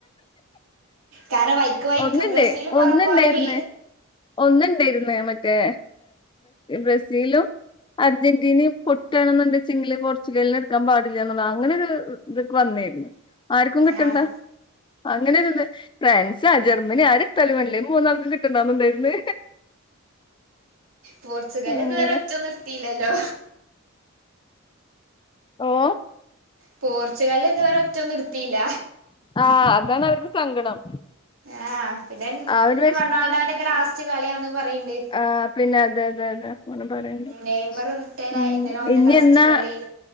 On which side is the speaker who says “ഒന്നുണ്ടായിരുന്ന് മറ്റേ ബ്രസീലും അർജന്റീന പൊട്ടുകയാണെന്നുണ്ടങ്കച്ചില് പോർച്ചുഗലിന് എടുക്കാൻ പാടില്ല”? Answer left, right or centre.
Left